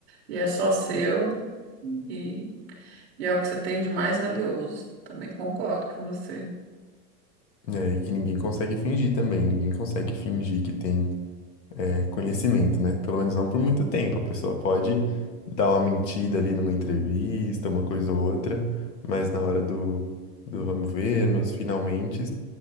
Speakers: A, on the right; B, on the left.
A: e é só seu e, e é o que você tem de mais valioso. Também concordo com você.
B: É, e que ninguém consegue fingir também, ninguém consegue fingir que tem é, conhecimento, né? Pelo menos não por muito tempo. A pessoa pode dar uma mentida ali numa entrevista, uma coisa ou outra, mas na hora do, do vamos ver, nos finalmente,